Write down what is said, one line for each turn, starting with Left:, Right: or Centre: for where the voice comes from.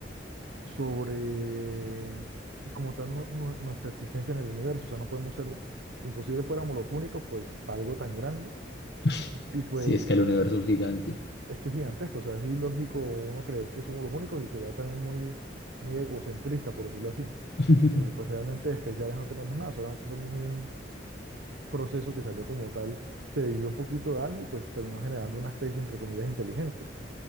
Right: sobre como tal nu- nu- nuestra existencia en el universo, o sea, no podemos ser, imposible fuéramos los únicos, pues, para algo tan grande,
Left: <laughs>
Right: y pues,
Left: sí, es que el universo es gigante.
Right: es que es gigantesco, o sea, es ilógico uno creer que somos los únicos y sería también muy, muy egocentrista, por decirlo así,
Left: <laughs>
Right: porque pues realmente especiales no tenemos nada, solamente somos un proceso que salió como tal, se dividió un poquito de algo y pues terminó generando una especie, entre comillas, inteligente.